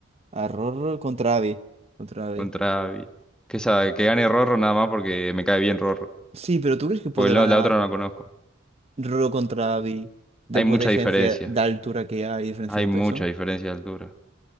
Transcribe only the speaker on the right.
A Rorro contra Abby. Contra Abby.
Sí, pero ¿tú crees que puede
ganar
Rorro contra Abby después
de la diferencia
de altura que hay y diferencia
de
peso?